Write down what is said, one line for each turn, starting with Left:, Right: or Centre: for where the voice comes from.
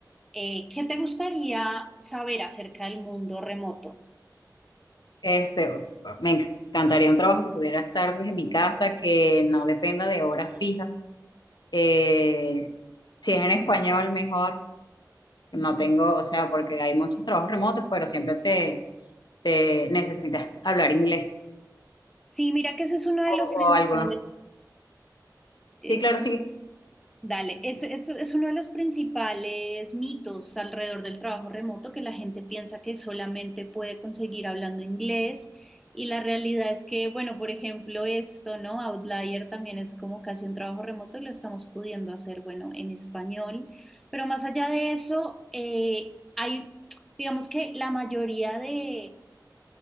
Centre: Eh, ¿qué te gustaría saber acerca del mundo remoto?
Left: Este, me encantaría un trabajo que pudiera estar desde mi casa, que no dependa de horas fijas. Eh, si es en español, mejor. No
Centre: Ujú.
Left: tengo, o sea, porque hay muchos trabajos remotos, pero siempre te, te necesitas hablar inglés
Centre: Sí, mira que ese es uno de
Left: o,
Centre: los principales
Left: o algunos.
Centre: eh,
Left: Sí, claro, sí.
Centre: Dale, es, es, es uno de los principales mitos alrededor del trabajo remoto que la gente piensa que solamente puede conseguir hablando inglés y la realidad es que, bueno, por ejemplo, esto, ¿no? Outlier también es como casi un trabajo remoto y lo estamos pudiendo hacer, bueno, en español, pero más allá de eso, eh, hay, digamos que la mayoría de